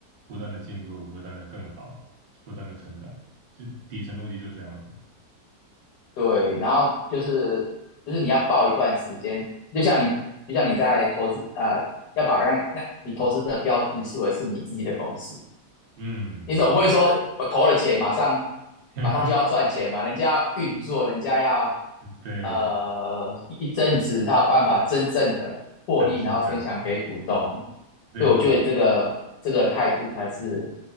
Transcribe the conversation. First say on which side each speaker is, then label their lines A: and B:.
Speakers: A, on the right; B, on the left.
A: 不断的进步，不断的更好，不断的成长，就底层逻辑就这样子。
B: 对，然后就是就是你要报一段时间，就像你就像你在投资啊、呃要把那那你投资的标的视为是你自己的公司，
A: 嗯，
B: 你总不会说我投了钱马上
A: 没 <laughs>
B: 马上就要赚钱嘛？人家要运作，人家要
A: 对，
B: 呃一一阵子才有办法真正的获利，
A: 展现价值，
B: 然后分享给股东。
A: 对对
B: 对我觉得这个这个态度还是